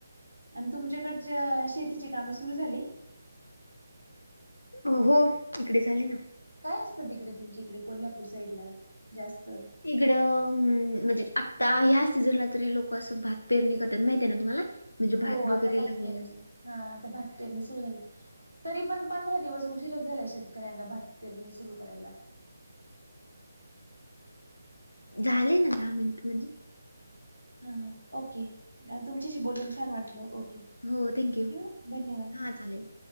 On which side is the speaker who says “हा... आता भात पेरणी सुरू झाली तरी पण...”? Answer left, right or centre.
Right